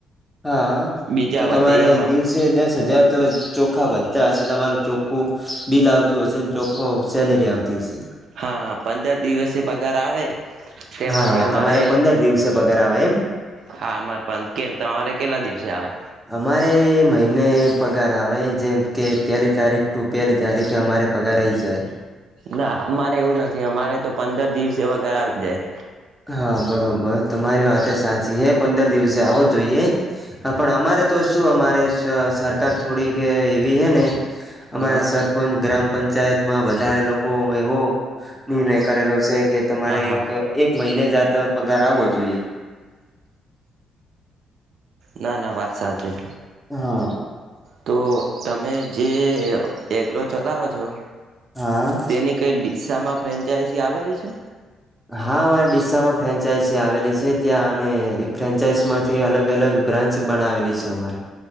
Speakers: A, in the centre; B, on the right.
A: હા
B: બીજા
A: તો
B: વધે
A: તમારે
B: એમાં
A: દિવસે દસ હજાર તો. <inaudible> ચોખ્ખા વધતા હશે. તમારું ચોખ્ખું બિલ આવતું હશે. ચોખો સેલેરી આવતી હશે
B: હા, હા, પંદર દિવસે પગાર આવે તેમાંથી
A: હા
B: અમારે
A: તમારે પંદર દિવસે પગાર આવે એમ
B: હા. અમારે પણ કેમ તમારે કેટલા દિવસે આવે.
A: અમારે મહિને પગાર આવે જેમ કે પેલી તારીખ ટુ પેલી તારીખે અમારે પગાર આવી હી જાય.
B: ના, મારે એવું નથી. કે અમારે. તો પંદર દિવસે પગાર આવી જાય.
A: હા, બરોબર તમારી વાતએ સાચી છે, પંદર દિવસે આવો જોઈએ. હા. પણ, અમારે તો. શું. અમારે સરકાર થોડીક એવી હે. ને અમારે
B: હા
A: સરપંચ ગ્રામ પંચાયત માં બધા લોકો એવો. નિર્ણય કરેલો છે. કે તમારે
B: હા હા
A: એક એક. ને જા હા તો પગાર આવવો જોઈએ.
B: ના. ના. વાત સાચી
A: હા.
B: તો તમે. જે એગ્રો, ચલાવો છો.
A: હા.
B: તેની કઈ દિશા માં ફ્રેન્ચ ક્યા એસી આવેેલી છે
A: હા. મારે ડીસા માં ફ્રેન્ચાઇઝ આવેલી છે. ત્યાં અને એ ફ્રેન્ચાઈઝ માંથી અલગ અલગ બ્રાન્ચ બનાવેલી છે. અમારે